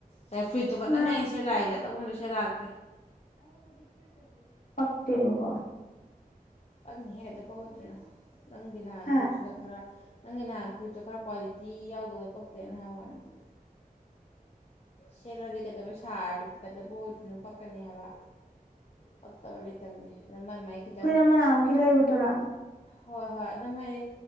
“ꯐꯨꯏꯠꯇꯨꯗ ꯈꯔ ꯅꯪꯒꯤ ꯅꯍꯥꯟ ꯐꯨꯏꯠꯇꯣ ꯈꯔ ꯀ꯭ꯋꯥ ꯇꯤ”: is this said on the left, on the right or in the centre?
Left